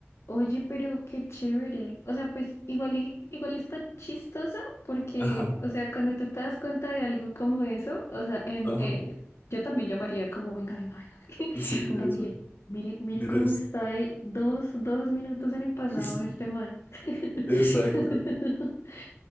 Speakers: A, on the left; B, on the left.
A: Oye, pero qué chévere. O sea, pues igual, y- igual está chistosa porque,
B: Ajá,
A: o sea, cuando tú te das cuenta de algo como eso, o sea, en,
B: ajá.
A: eh, yo también llamaría como, venga, venga, venga,
B: Sí,
A: <laughs> venga,
B: eso.
A: mire, mire, mire
B: Mira,
A: cómo
B: es-
A: está de dos, dos minutos en el pasado
B: sí,
A: este man. <laughs>
B: exacto.